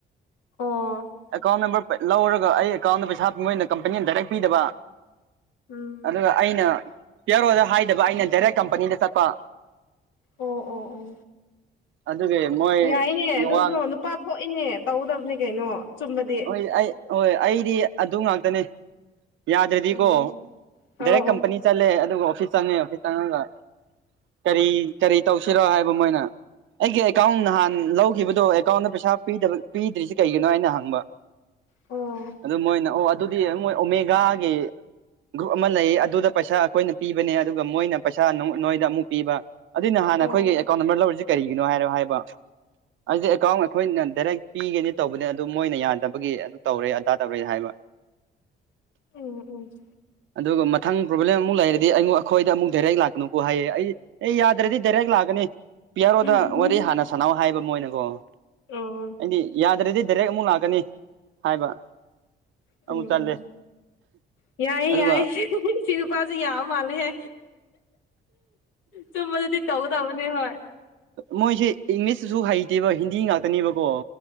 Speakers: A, on the left; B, on the right.
A: ꯑꯣ
B: ꯑꯦꯀꯥꯎꯟ ꯅꯝꯕꯔ ꯂꯧꯔꯒ ꯑꯩ ꯑꯦꯀꯥꯎꯟꯗ ꯄꯩꯁꯥ ꯃꯣꯏꯅ ꯀꯝꯄꯅꯤꯅ ꯗꯥꯔꯦꯛ ꯄꯤꯗꯕ
A: ꯎꯝ
B: ꯑꯗꯨꯒ ꯑꯩꯅ ꯄꯤꯌꯔꯣꯗ ꯍꯥꯏꯗꯕ ꯑꯩꯅ ꯗꯥꯏꯔꯦꯛ ꯀꯝꯄꯅꯤꯗ ꯆꯠꯄ
A: ꯑꯣ ꯑꯣ ꯑꯣ
B: ꯑꯗꯨꯒꯤ ꯃꯣꯏ
A: ꯌꯥꯏꯅꯦ ꯑꯗꯨꯁꯣ
B: ꯋꯥ
A: ꯅꯨꯄꯥ ꯊꯣꯛꯏꯅꯦ ꯇꯧꯒꯗꯕꯅꯦ ꯀꯩꯅꯣ꯫ ꯑꯆꯨꯝꯕꯗꯤ
B: ꯍꯣꯏ ꯑꯩ ꯍꯣꯏ ꯑꯩꯗꯤ ꯑꯗꯨ ꯉꯥꯛꯇꯅꯦ꯫ ꯌꯥꯗ꯭ꯔꯥꯗꯤꯀꯣ
A: ꯎꯝ ꯑꯧ
B: ꯗꯥꯏꯔꯦꯛ ꯀꯝꯄꯅꯤ ꯆꯠꯂꯦ ꯑꯗꯨꯒ ꯑꯣꯐꯤꯁ ꯆꯪꯉꯦ ꯑꯣꯐꯤꯁ ꯆꯪꯉꯒ ꯀꯔꯤ ꯀꯔꯤ ꯇꯧꯁꯤꯔꯣ ꯍꯥꯏꯕ ꯃꯣꯏꯅ ꯑꯩꯒꯤ ꯑꯦꯀꯥꯎꯟ ꯅꯍꯥꯟ ꯂꯧꯈꯤꯕꯗꯣ ꯑꯦꯀꯥꯎꯟꯗ ꯄꯩꯁꯥ ꯄꯤꯗꯕ ꯄꯤꯗ꯭ꯔꯤꯁꯤ ꯀꯩꯒꯤꯅꯣ ꯑꯩꯅ ꯍꯪꯕ꯫
A: ꯑꯣ
B: ꯑꯗꯨ ꯃꯣꯏꯅ ꯑꯣ ꯑꯗꯨꯗꯤ ꯃꯣꯏ ꯑꯣꯃꯦꯒꯥꯒꯤ꯫ ꯒ꯭ꯔꯨꯞ ꯑꯃ ꯂꯩꯌꯦ ꯑꯗꯨꯗ ꯄꯩꯁꯥ ꯑꯈꯣꯏꯅ ꯄꯤꯕꯅꯦ ꯑꯗꯨꯒ ꯃꯣꯏꯅ ꯄꯩꯁꯥ ꯅꯥꯎ ꯅꯣꯏꯗ ꯑꯃꯨꯛ ꯄꯤꯕ ꯑꯗꯨꯏ ꯅꯍꯥꯟ
A: ꯑꯣ
B: ꯑꯩꯈꯣꯏꯒꯤ ꯑꯦꯀꯥꯎꯟ ꯅꯝꯕꯔ ꯂꯧꯔꯤꯖꯤ ꯀꯔꯤꯒꯤꯅꯣ ꯍꯥꯏꯔꯣ ꯍꯥꯏꯕ ꯑꯗꯨꯗꯤ ꯑꯦꯀꯥꯎꯟ ꯑꯈꯣꯏꯅ ꯗꯥꯏꯔꯦꯛ ꯄꯤꯒꯅꯤ ꯇꯧꯕꯅꯤ ꯑꯗꯨ ꯃꯣꯏꯅ ꯌꯥ ꯗꯕꯒꯤ ꯑꯗꯨ ꯇꯧꯔꯦ ꯑꯗꯥ ꯇꯧꯔꯦ ꯍꯥꯏꯕ
A: ꯎꯝ ꯎꯝ
B: ꯑꯗꯨꯒ ꯃꯊꯪ ꯄ꯭ꯔꯣꯕ꯭ꯂꯦꯝ ꯑꯃꯨꯛ ꯂꯩꯔꯗꯤ ꯑꯩꯉꯣ ꯑꯈꯣꯏꯗ ꯑꯃꯨꯛ ꯗꯥꯏꯔꯦꯛ ꯂꯥꯛꯀꯅꯨꯀꯣ ꯍꯥꯏꯌꯦ ꯑꯩ ꯑꯦ ꯌꯥꯗ꯭ꯔꯥꯗꯤ ꯗꯥꯏꯔꯦꯛ ꯂꯥꯛꯀꯅꯤ ꯄꯤꯌꯥꯔꯣꯗ
A: ꯎꯝ
B: ꯋꯥꯔꯤ ꯍꯥꯟꯅ ꯁꯅꯥꯎ ꯍꯥꯏꯕ ꯃꯣꯏꯅꯀꯣ
A: <inaudible>
B: ꯑꯩꯗꯤ ꯌꯥꯗ꯭ꯔꯥꯗꯤ ꯗꯥꯏꯔꯦꯛ ꯑꯃꯨꯛ ꯂꯥꯛꯀꯅꯤ꯫ ꯍꯥꯏꯕ
A: ꯎꯝ
B: ꯑꯃꯨꯛ ꯆꯠꯂꯦ
A: ꯎꯝ ꯌꯥꯏꯌꯦ
B: ꯑꯗꯨꯒ
A: ꯌꯥꯏꯌꯦ ꯁꯤ ꯅꯨꯄꯥꯁꯤ ꯌꯥꯕ ꯃꯥꯜꯂꯦꯍꯦ ꯆꯨꯝꯕꯗꯗꯤ ꯇꯧꯒꯗꯕꯅꯦ ꯍꯣꯏ꯫
B: ꯃꯣꯏꯁꯦ ꯏꯪꯂꯤꯁꯇꯨꯁꯨ ꯍꯩꯇꯦꯕ ꯍꯤꯟꯗꯤ ꯉꯥꯛꯇꯅꯦꯕꯀꯣ